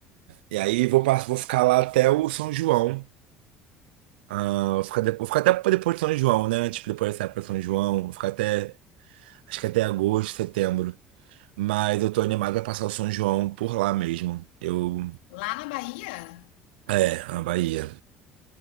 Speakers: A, on the right; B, on the left.
A: E aí vou, pass- vou ficar lá até o São João. Ah, vou ficar, de- vou ficar até pra depois de São João, né? Tipo, depois dessa época de São João, vou ficar até, acho que até agosto, setembro. Mas eu tô animado pra passar o São João por lá mesmo. Eu,
B: Lá na Bahia?
A: é, a Bahia.